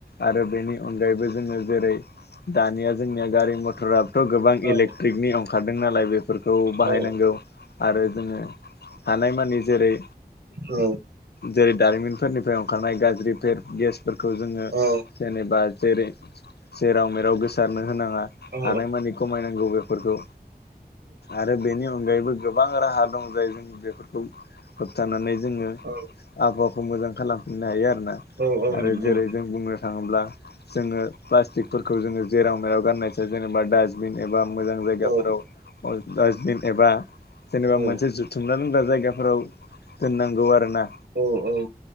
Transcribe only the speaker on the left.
आरो बेनि अनगायैबो जोङो। जेरै दानिया जोंनिया गारि मथराबथ' गोबां
इलेक्ट्रिकनि ओंखारदों नालाय बे फोरखौ बाहायनांगौ
आरो जोङो हानायमानि जेरै
जेरै दारिमिनफोरनिफ्राय ओंखारनाय गाज्रि फेर गेसफोरखौ जोङो।
जेनेनि बा जेरै जेराव मेराव गोसारनो होनाङा
हानायमानि खमायनांगौ बेफोरखौ। आरो बेनि अनगायैबो गोबां राहा दं जाय जों बेफोरखौ। होबथानानै जोङो
आबहावाखौ मोजां खालामफिननो हायो आरोना।
आरो
जेरै जों बुङो। थोङोब्ला जोंङो फ्लासथिकफोरखौ जोङो जेराव मेराव गारनायखौ जेनेबा‌ दा बिन एबा मोजां जायगाफोराव
डासबिन एबा जेनेबा
मोनसे जुथुमना लोनग्रा जायगाफोराव दोननांगौ आरोना